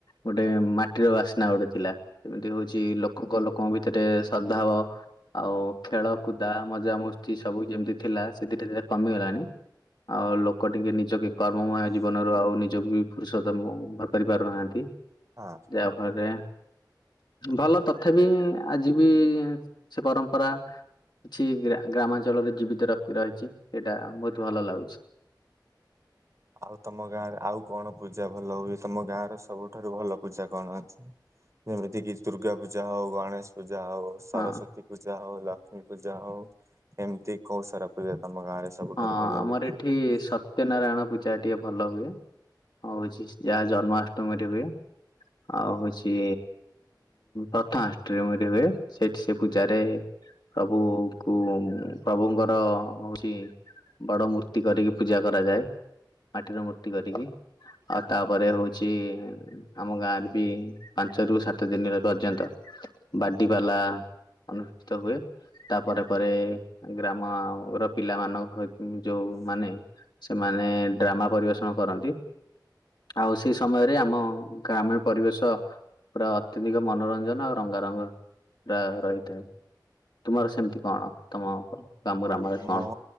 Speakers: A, on the left; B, on the right.
A: ଗୋଟେ ମାଟିର ବାସ୍ନା ଗୋଟେ ଥିଲା ସେମିତି ହ ଉଛି ଲୋକଙ୍କ ଲୋକଙ୍କ ଭିତରେ ସଦ୍ ଭାବ ଆଉ ଖେଳ କୁଦା ମଜାମସ୍ତି ସବୁ ଯେମିତି ଥିଲା ସେ ଧୀରେ ଧୀରେ କମିଗଲାଣି। ଆଉ ଲୋକ ଟିକେ ନିଜ କି କର୍ମମୟ ଜୀବନରୁ ଆଉ ନିଜକୁ ବି ଫୁରୁସତ କରିପାରୁନାହାନ୍ତି।
B: ହଁ
A: ଯାହା ଫଳରେ ଭଲ ତଥାପି ଆଜି ବି ସେ ପରମ୍ପରା। କିଛି ଗ୍ରା-ଗ୍ରାମାଞ୍ଚଳରେ ଜୀବିତ ର-ରହିଛି ସେଇଟା ବହୁତ ଭଲ ଲାଗୁଛି।
B: ଆଉ ତମ ଗାଁରେ ଆଉ କଣ ପୂଜା ଭଲ ହୁଏ ତମ ଗାଁ ର ସବୁଠାରୁ ଭଲ ପୂଜା କଣ ଅଛି? ଯେମିତି କିି ଦୁର୍ଗା ପୂଜା ହଉ, ଗଣେଶ ପୂଜା ହଉ, ସରସ୍ଵତୀ
A: ହଁ
B: ପୂଜା ହଉ। ଲକ୍ଷ୍ମୀ ପୂଜା ହଉ ଏମିତି ଖଉ ସାରା ପୂଜା ତମ ଗାଁ ରେ ସବୁଠାରୁ
A: ହଁ
B: ଭଲ
A: ଆମର
B: ହୁଏ?
A: ଏଠି ସତ୍ୟନାରାୟଣ ପୂଜା। ଟିକେ ଭଲ ହୁଏ ହଉଛି ଯାହା ଜନ୍ମାଷ୍ଟମୀରେ ହୁଏ। ଆଉ ହଉଛି ପ୍ରଥମାଷ୍ଟମୀ ହୁଏ ସେଠି ସେ ପୂଜାରେ ପ୍ରଭୁ କୁ ପ୍ରଭୁଙ୍କର ହଉଚି ବଡ ମୂର୍ତ୍ତି କରିକି ପୂଜା କରାଯାଏ ମାଟିର ମୂର୍ତ୍ତି କରିକି। ଆଉ ତାପରେ ହଉଚି ଆମ ଗାଁରେ ବି ପାଞ୍ଚ ରୁ ସାତ ଦିନର ପର୍ଯ୍ୟନ୍ତ। ବାଡି ପାଲା ଅନୁଷ୍ଠିତ ହୁଏ। ତାପରେ ପରେ ଗ୍ରାମର ପିଲା ମନଙ୍କ ଯୋଉମାନେ ସେମାନେ ଡ୍ରାମା ପରିବେଷଣ କରନ୍ତି। ଆଉ ସେଇ ସମୟରେ ଆମ ଗ୍ରାମ୍ୟ ପରିବେଶ ପୁରା ଅତ୍ୟଧିକ ମନୋରଞ୍ଜନ ଆଉ ରଙ୍ଗାରଙ୍ଗ ପୁରା ରହିଥାଏ। ତୁମର ସେମିତି କଣ ତମ? ଗ୍ରାମରେ
B: ଆମ
A: କଣ?